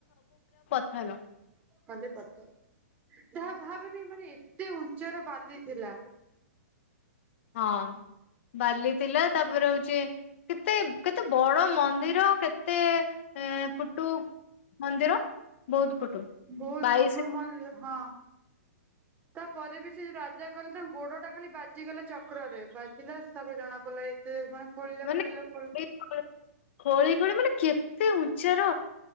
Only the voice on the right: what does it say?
ମାନେ କରିଥାଉ ଯାହା ଭାବନି ମାନେ କେତେ ଉଞ୍ଚର ବାଲି ଥିଲା
ବହୁତ
ପୁର୍ବରୁ ମନ୍ଦିର ହଁ ତାପରେ ବି ସେ ଯଉ ରାଜା କହିଲେ ତାଙ୍କ ଗୋଡ ଟା ଖାଲି ବାଜିଗଲା ଚକ୍ରରେ ବାଜିଲା ତାପରେ ଜଣା ପଡ଼ିଲା ଏତେ ମାନେ ଖୋଳିଲ
ଖୋଳିଲ ଖୋ